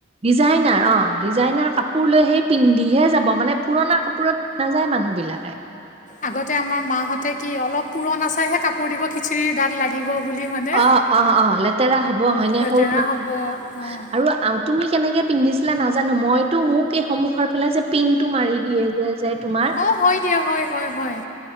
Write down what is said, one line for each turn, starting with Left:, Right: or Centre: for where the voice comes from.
Right: ডিজাইনাৰ অঁ ডিজাইনাৰ কাপোৰ লৈ সেই পিন্ধিহে যাব মানে পুৰণা কাপোৰত নাযায় মানুহবিলাক।
Left: আগতে আমাৰ মাহঁতে কি অলপ পুৰণা চাইহে কাপোৰ দিব খিচিৰীৰ দাগ লাগিব। বুলি হয়নে
Right: অ অ অ লেতেৰা হব হয়নে
Left: লেতেৰা
Right: সৰু লৰা
Left: হ'ব অঁ
Right: আৰু তুমি কেনেকে। পিন্ধিছিলে নাজানো মইতো মোক সন্মুখত ফালে যে পিনটো মাৰি দিয়ে যে যে, তোমাৰ
Left: অ হয় দিয়া হয় হয় হয়।